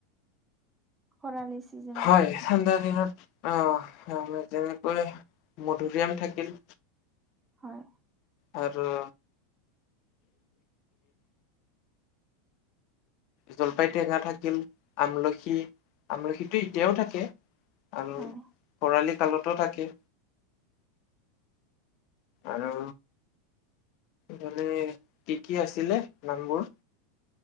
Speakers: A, on the right; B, on the left.
A: খৰালি চিজেন।
B: হয় ঠাণ্ডা দিনত আহ যেনেকৈ মধুৰিআম থাকিল।
A: হয়।
B: আৰু জলফাই টেঙা থাকিল, আমলখি আমলখিতো এতিয়াও থাকে। আৰু
A: হয়
B: খৰালি কালতো থাকে। আৰু। মানে কি কি আছিলে নামবোৰ?